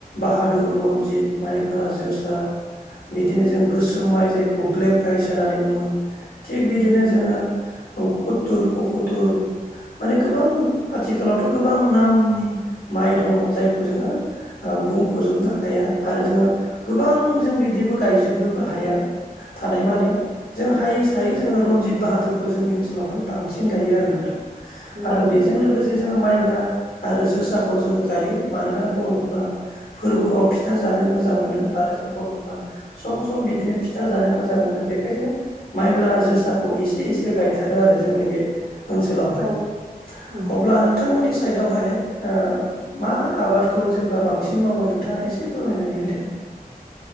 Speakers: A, on the left; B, on the right.
A: बाहादुर रनजित माइब्रा जोसा बिदिनो जों गोसोम माइ जायखौ ब्लेक राइस होननानै बुङो। थिग बिदिनो जोङो कुथुर पकुथुर माने गोबां आथिखालावथ' गोबां नामनि माइ दङ जायखौ जोङो। ओ बुंख'जोबनो हाया आरो जोङो गोबां जों बिदिबो गायजोबनोबो हाया थानाय मानि
B: औ
A: जों हायोस दायो जोङो रनजित बाहादुरखौ जोंनि सोलाव हाय बांसिन गायो आरो नोंथां आरो
B: बाहायो
A: बेजों लोगोसे जे जोङो माइब्रा आरो जोसाखौ जोंङो गायो मानोना बर'फ्रा फोरबोआव फिथा जानो मोजां मोनो आरो जों बर'फ्रा सम सम बिदिनो फिथा जानो मोजां मोनो बेखाय जोङो माइब्रा जोसाखौ एसे एसे गायथारो आरो जोंनि बे ओनसोलाव हाय
B: औ औ
A: अब्ला नोंथांमोननि साइदाव हाय ओ मा आबादखौ जेनेबा बांसिन मावो नोंथाङा एसे फोरमायनानै होदो।